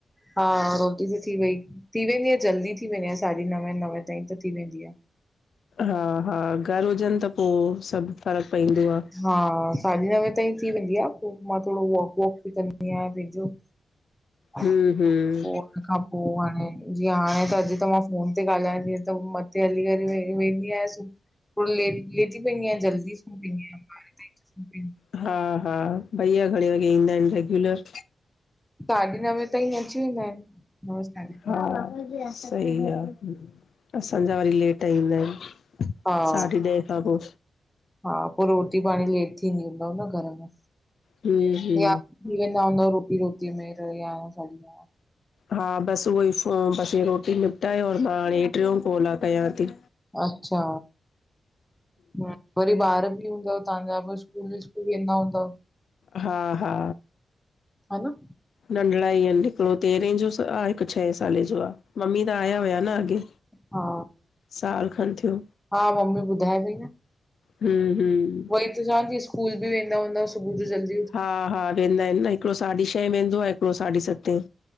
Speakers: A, in the centre; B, on the left.
A: हा रो थी वई। थी वेंदी आहे जल्दी थी वेंदी आहे साढी नवें नवे ताईं त थी वेंदी आ
B: हा हा घरु हुजनि त पो सभु फ़र्क़ु पईंदो आ
A: हा साढी नवें ताईं थी वेंदी आ, पो मां थोड़ो वॉक-वॉक बि कंदी आहियां पंहिंजो पो
B: हम्म हम्म
A: हिन खां पो हाणे जीअं हाणे त अॼु त मां फोन ते ॻाल्हाईंदीअसि त मथे हली करे व वेंदी यासु थोड़ो लेट लेटी पईंदीआं जल्दी सुम्ही पईंदी आहियां ॿारहें ताईं सुम्ही पईंदी
B: हा, हा भईया घणे वॻे ईंदा आहिनि रेग्युलर
A: साढी नवें ताईं अची वेंदा आहिनि नवें
B: हा सही आ, असांजा वरी लेट ईंदा आहिनि
A: हा
B: साढी ॾह खां पो
A: हा पो रोटी-पाणी लेट थींदी हूंदव न घर में
B: हुं हूं
A: या थी वेंदा हुंदव रोटी रोज़ीअ में याराह साढी याराह?
B: हा बस उहो ई फ़ो बस इह रोटी निपटायो और मां हाणे हेठ वियम कॉल लाइ तैयार थी
A: अच्छा, हूं वरी ॿार बि हूंदव तहांजा ॿ स्कूल विस्कूल वेंदा हूंदव?
B: हा हा।
A: ह न।
B: नंढॾा ही अन। हिकड़ो तेरहें जो स आ हिकु छहें साले जो आ। मम्मी त आहिया हुया न अॻे।
A: हा
B: साल खन थियो।
A: हा मम्मी ॿुधाए पई न। उहोई
B: हम्म हम्म
A: त चवां थी स्कूल बि वेंदा हूंदा सुबुह जो जल्द
B: हा, हा वेंदा आहिनि न हिकड़ो साढी छहें वेंदो आ हिकड़ो साढी सतें।